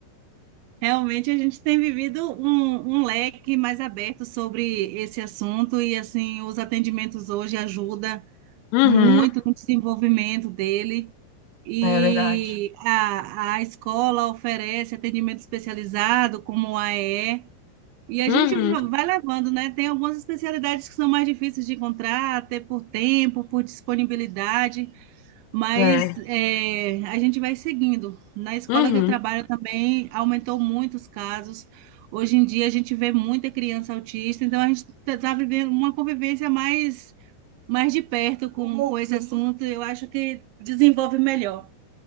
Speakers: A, on the right; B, on the left.
A: <laughs> realmente a gente tem vivido um, um leque mais aberto sobre esse assunto e assim, os atendimentos hoje ajudam
B: Uhum,
A: muito no desenvolvimento dele. e
B: é verdade.
A: a, a escola oferece atendimento especializado, como o AE, e E. E a
B: Uhum,
A: gente va- vai levando, né? Tem algumas especialidades que são mais difíceis de encontrar, até por tempo, por disponibilidade, mas
B: é.
A: é, a gente vai seguindo. Na escola
B: Uhum.
A: que eu trabalho também aumentou muito os casos. Hoje em dia a gente vê muita criança autista, então a gente está vivendo uma convivência mais, mais de perto com, com esse assunto, eu acho que desenvolve melhor.